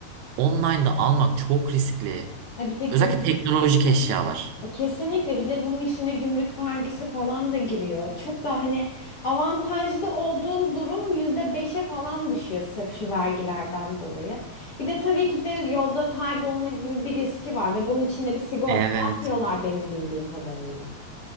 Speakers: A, on the right; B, on the left.
A: online'da almak çok riskli.
B: E Bir de gümrük
A: Özellikle teknolojik eşyalar.
B: E, Kesinlikle bir de bunun işine gümrük vergisi falan da giriyor. Çok da hani avantajlı olduğun durum yüzde beşe falan düşüyor sırf şu vergilerden dolayı. Bir de tabii ki de yolda kaybolma gibi bir riski var ve bunun içinde bir sigorta
A: Evet.
B: yapmıyorlar benim bildiğim kadarıyla.